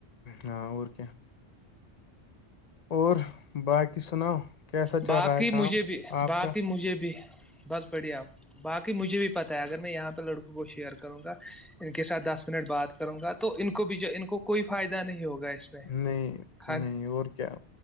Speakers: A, on the left; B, in the centre.
A: ہاں اور کیا اور باقی سناؤ کیسا
B: باقی
A: چل رہا ہے کام
B: مجھے بھی
A: آپ
B: باقی
A: کا
B: مجھے بھی بس پڑھیا باق مجھے بھی پتا ہے اگر میں یہاں پہ لڑکوں کو شیئر کروں گا ان کے ساتھ دس منٹ بات کروں گا تو ان کو بھی جو ان کوئی فائدہ نہیں ہوگا اس میں
A: نہیں
B: خالی
A: نہیں اور کیا